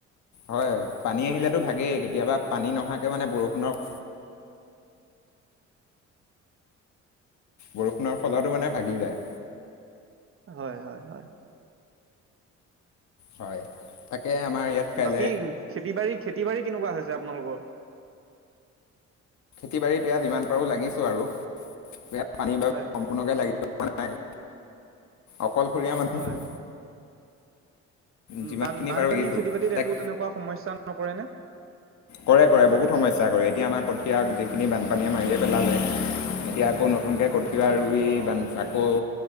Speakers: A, on the left (about 70°); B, on the right (about 45°).
A: হয়। পানী
B: বুজিছো
A: আহিলেতো
B: বুজিছো
A: ভাগেই কেতিয়াবা পানী নহোৱাকে মানে বৰষুণৰ- বৰষুণৰ ফলটো মানে ভাগি যায়।
B: হয়, হয়, হয়।
A: হয়, তাকে আমাৰ ইয়াত কাইলৈ
B: বাকী খেতি বাৰী খেতি বাৰী কেনেকুৱা হৈছে আপোনালোকৰ?
A: খেতি বাৰীত এইয়া যিমান পাৰোঁ লাগিছোঁ আৰু ইয়াত পানী বাৰু
B: হয়
A: সম্পূৰ্ণকৈ লাগিব পৰা নাই। অকলশৰীয়া মানুহ।
B: হয়
A: যিমানখিনি
B: বান বানপানীয়ে
A: পাৰো লাগিছো
B: খেতি বাতিত
A: তাক
B: একো তেনেকুৱা সমস্যা নকৰে নে?
A: কৰে কৰে বহুত সমস্যা কৰে, এতিয়া আমাৰ কঠীয়া গুটেইখিনি বানপানীয়ে মাৰিয়ে পেলালে। এতিয়া আকৌ নতুনকৈ কঠিয়া ৰুই
B: অ'
A: বান আকৌ